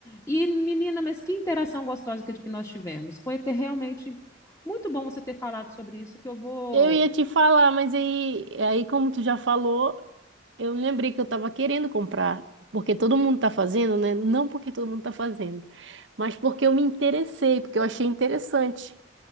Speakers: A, on the left; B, on the right.
A: e, menina, mas que interação gostosa que, que nós tivemos. Foi até realmente muito bom você ter falado sobre isso, que eu vou.
B: Eu ia te falar, mas aí, aí como tu já falou, eu lembrei que eu tava querendo comprar. Porque todo mundo tá fazendo, né? Não porque todo mundo tá fazendo, mas porque eu me interessei, porque eu achei interessante.